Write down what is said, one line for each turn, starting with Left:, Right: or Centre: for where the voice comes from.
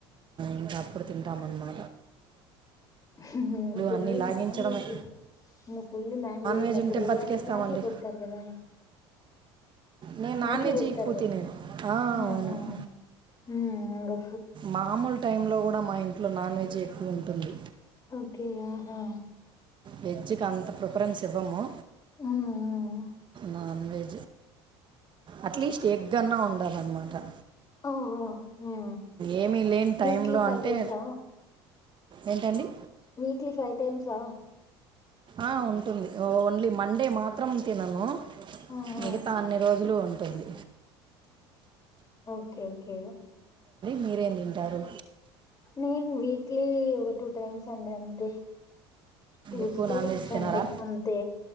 Right: ఇంకా అప్పుడు తింటాం అనమా
Left: హుహ ఫుల్
Right: అన్నీ లాగించడమే
Left: నాన్ వెెజ్ ఫుల్ నాన్ వెెజ్
Right: వెజ్
Left: ఇంకా అప్పుడే
Right: ఉంటే బతికేస్తామండి
Left: యాట్ యాటలు పెడతారు కదా
Right: నేను నాన్
Left: యాట్లు
Right: వెజ్
Left: పెడతారు
Right: ఎక్కువ
Left: గదా
Right: తినేది
Left: ఆ
Right: అవును
Left: హా ఆ ఇంకా
Right: మామూలు టైం లో కూడా కూడా మా ఇంట్లో నాన్ వెజ్ ఎక్కువ ఉంటుంది
Left: ఓకే ఆహా
Right: వెజ్ కి అంత ప్రిఫరెన్స్ ఇవ్వము
Left: ఉమ్ ఉమ్
Right: నాన్ వెజ్ అట్లీస్ట్ ఎగ్గన్నా ఉండాలి రమ్మంటా
Left: ఓహు హా
Right: ఏమీ లేని
Left: వీక్లీ
Right: టైంలో
Left: ఫైవ్
Right: అంటే
Left: టైమ్స్ ఆ
Right: ఏంటండి
Left: వీక్లీ ఫైవ్ టైమ్సా
Right: ఆ ఉంటుంది ఓన్లీ మండే మాత్రం తినను
Left: ఆ ఆ
Right: మిగతా అన్ని రోజు ల్ జ్లో ఉంటుంది
Left: ఓకే ఓకే
Right: మీరే తింటారు
Left: నేను వీక్లీ ఒక టూ టైమ్స్ అండి అ ంత ట్యూస్డే,
Right: ఎక్కువ నాన్ వెజ్
Left: సండే
Right: తినరా
Left: అంతే